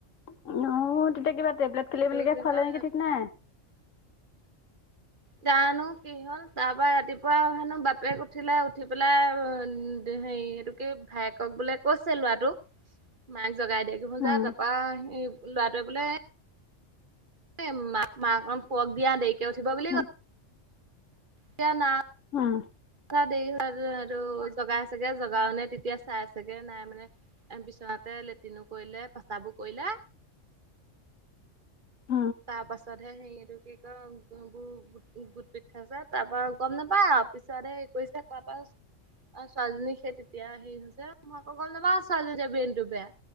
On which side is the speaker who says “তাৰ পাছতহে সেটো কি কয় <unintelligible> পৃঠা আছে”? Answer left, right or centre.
Right